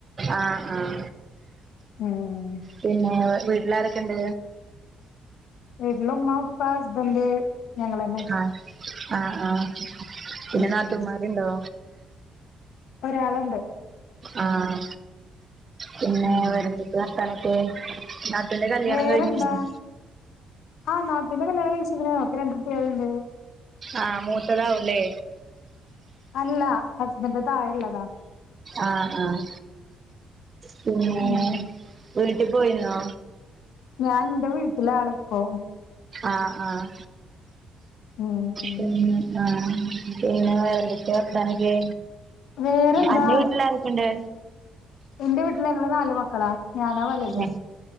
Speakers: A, on the right (about 40°); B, on the left (about 80°).
A: ആഹ് ആഹ്
B: ഉം
A: പിന്നെ വീട്ടിലാരൊക്കെ ഇണ്ട്
B: വീട്ടില് ഉമ്മ ഉപ്പ ഹസ്ബൻഡ് ഞങ്ങളന്നെ
A: ആഹ് ആഹ് ആഹ് പിന്നെ
B: ഉം
A: നാതൂന്മാർരുണ്ടോ
B: ഒരാളുണ്ട്
A: ആഹ് പിന്നെ
B: ഉം
A: വേറെന്തെക്കെ വർത്താനൊക്കെ നാത്തൂന്റെ കല്യാണം
B: വേറെന്താ
A: കഴിഞ്ഞിക്ക്‌ണോ
B: ആഹ് നാത്തൂന്റെ കല്യാണം കഴിച്ച്ക്ക്‌ണ് ഓക്ക് രണ്ടുട്ടിയാള്ണ്ട്
A: ആഹ് മൂത്തതാവും ല്ലേ
B: അല്ല ഹസ്ബന്റെ താഴെള്ളതാ
A: ആഹ് ആഹ് പിന്നെ
B: ഉം
A: വീട്ട് പോയിന്നോ
B: ഞാൻ ൻന്റെ വീട്ട്ലാണ് ഇപ്പോ
A: ആഹ് ആഹ്
B: ഉം
A: പിന്നെ ആഹ് പിന്നെ വേറെന്തെക്കെ വർത്താനൊക്കെ
B: വേറെന്താ
A: അന്റെ വീട്ടിലാരൊക്കെണ്ട്
B: ഇന്റെ വീട്ടില് ഞങ്ങള് നാല് മക്കളാ ഞാനാ വല്ത്
A: ആഹ്